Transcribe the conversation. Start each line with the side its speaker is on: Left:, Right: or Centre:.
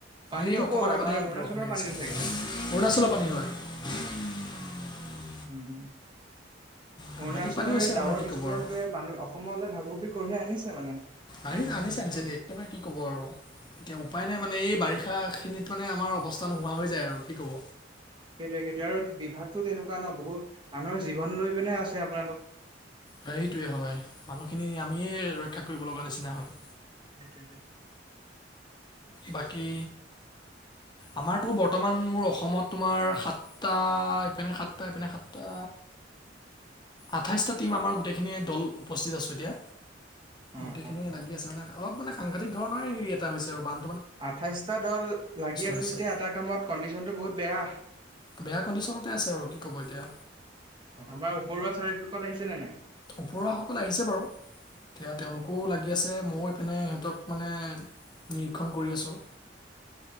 Right: পানীটো
Left: এই অকমান
Right: কৰ
Left: আগতহে
Right: আমাৰ অৰুণাচলৰ
Left: বৰষুণ আহিছে
Right: পানীটো
Left: অৰুণাচলৰ
Right: চাগে।
Left: পানী হয় উম
Right: উম
Left: সাংঘাতিক
Right: অৰুণাচলৰ
Left: পানী হৈছে
Right: এই
Left: আপোনাৰ
Right: ডাৱৰ
Left: কি
Right: বিস্ফোৰণটোৱে
Left: ক'ব আৰু
Right: মানুহে অসমলৈ ভাবুকি কঢ়িয়াই আনিছে মানে
Left: আহি আনিছে, আনিছে <unintelligible> কি ক'ব আৰু। এতিয়া উপায় নাই মানে এই বাৰিষা খিনিত মানে আমাৰ অৱস্থা নোহোৱা হৈ যায় আৰু কি কব
Right: সেইটোয়ে সেইটো আৰু বিভাগতটো তেনেকুৱা ন বহুত মানুহৰ জীৱন লৈ পিনে আছে আপোনালোক
Left: সেইটোৱে হয় মানুহখিনি আমিয়ে ৰক্ষা কৰিব লগা নিচিনা হয়
Right: সেইটোৱেটো।
Left: বাকী আমাৰতো বৰ্তমান মোৰ অসমত তোমাৰ সাতটা ইপিনে সাতটা ইপিনে সাতটা আঠাইছটা টীম আমাৰ গোটেইখিনি দল উপস্থিত আছো এতিয়া
Right: অ
Left: গোটেইখিনিয়ে
Right: অ
Left: লাগিছে
Right: অ
Left: মে অলপ মানে সাংঘাতিক ধৰণৰে হেৰি এটা হৈছে আৰু বান
Right: আঠাইচটা দল লাগি আছে
Left: হৈছে
Right: যেতিয়া এটা কামত কণ্ডিচনটো বহুত বেয়া।
Left: বেয়া কণ্ডিশ্যনতে আছে আৰু কি কব এতিয়া
Right: আমাৰ ওপৰুৱা চাৰিওখকল আহিছেনে নাই?
Left: ওপৰুৱাসকল আহিছে বাৰু। এতিয়া তেওঁলোকেও লাগি আছে, মও ইপিনে সিহঁতক মানে নিৰীক্ষণ কৰি আছো।